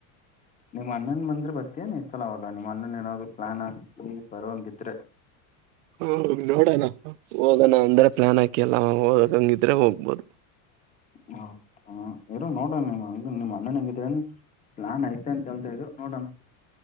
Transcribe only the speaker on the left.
ನಿಮ್ಮ ಅ್ಣನ್ ಬಂದ್ರೆ ಬರ್ತೀಯನೆ ಈಸಲ ಅವಾಗ ನಿಮ್ಮ್ ಅ್ಣನ್ ನಾದಾಗ್ ಪ್ಲಾನ್ ಆಗ್ತಿ ಬರ ಹಂಗಿದ್ರೆ
ಹಾ ಹ ಹ ಇರು ನೋಡಣ ನಿಂಗ ನಿಮ್ ಅಣ್ಣನ್ ಹಂಗಿದ ಏನ್ ಪ್ಲಾನ್ ಐತೆ ಅಂತ ಕೇಳ್ತ ಇದ್ರು ನೋಡೋಣ